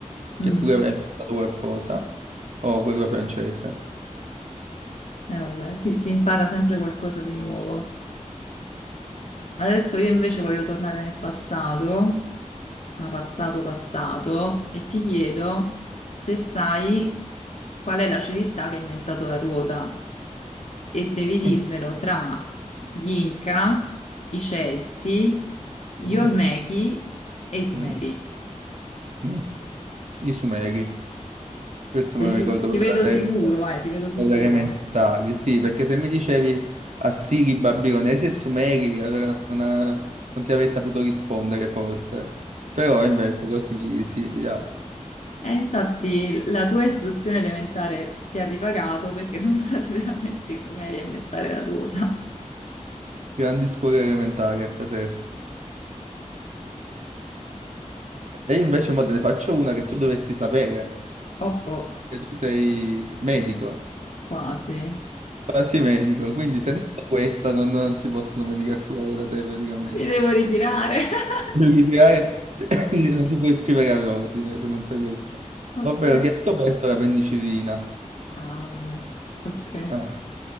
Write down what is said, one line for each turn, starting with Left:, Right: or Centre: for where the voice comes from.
Left: Mm.
Right: che pure aveva inventato qualcosa, o quello francese.
Left: Eh, vabbè, sì, si impara sempre qualcosa di nuovo. Adesso io invece voglio tornare nel passato, ma passato passato, e ti chiedo se sai qual è la civiltà che ha inventato la ruota e devi dirmelo
Right: Mm,
Left: tra gli Inca, i Celti, gli
Right: mm,
Left: Olmechi e i Sumeri.
Right: mm, mm. I Sumeri, questo
Left: Sei
Right: me lo
Left: si-
Right: ricordo
Left: ti
Right: proprio
Left: vedo
Right: dalle,
Left: sicuro, eh, ti vedo sicuro.
Right: dalle elementari, sì, perché se mi dicevi Assiri, Babilonesi e Sumeri, allora non, non ti avrei saputo rispondere forse, però invece così sì, ya.
Left: E infatti la tua istruzione elementare ti ha ripagato perché sono stati <laughs> veramente i Sumeri a inventare la ruota.
Right: Grandi scuole elementari a Caserta. E io invece mo te ne faccio una che tu dovresti sapere,
Left: Oh oh.
Right: che tu sei medico.
Left: Quasi.
Right: quasi medico, quindi se non è questa non, non si possono venire a curare da te praticamente.
Left: Mi devo ritirare. <laughs>
Right: Devi tirare- <laughs> non ti puoi iscrivere all'ordine se non sai questa.
Left: Ok.
Right: Ovvero chi ha scoperto la penicillina?
Left: Ah, vabbè. Ok.
Right: Ah.